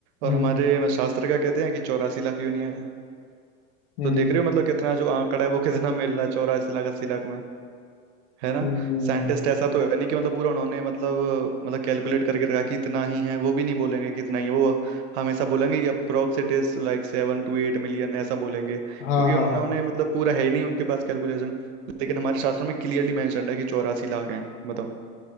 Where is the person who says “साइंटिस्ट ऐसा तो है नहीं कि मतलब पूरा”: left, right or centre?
Right